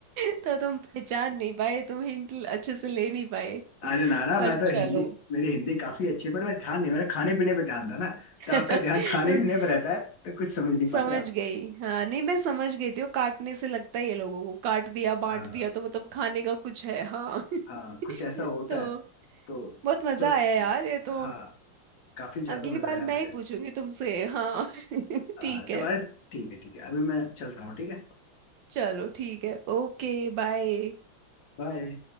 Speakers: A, on the right (about 70°); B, on the left (about 60°).
A: <laughs> तो तुम पहचान नहीं पाए तुम हिंट अच्छे से ले नहीं पाए
B: अरे नाना
A: पर
B: मैं तो
A: चलो
B: हिंदी मेरी हिंदी काफी अच्छी है, पर मैं ध्यान नहीं मेरा खाने पीने पे ध्यान था ना
A: <laughs>
B: तो आपका ध्यान खाने पीने पे रहता है तो कुछ समझ नहीं पाते
A: समझ
B: आप
A: गई हाँ नहीं मैं समझ गई थी वो काटने से लगता है ये लोगों को काट दिया बांट
B: हाँ
A: दिया तो मतलब खाने का कुछ है हाँ <laughs>
B: हाँ कुछ ऐसा होता
A: तो
B: है तो
A: बहुत मजा
B: तो
A: आया यार ये तो
B: हाँ काफी ज्यादा
A: अगली
B: मजा
A: बार
B: आया
A: मैं
B: मुझे
A: ही पूछूंगी तुमसे हाँ <laughs>
B: आ,
A: ठीक है
B: तुम्हारे ठीक है ठीक है अभी मैं चलता हूँ ठीक है
A: चलो ठीक है ओके बाय
B: बाय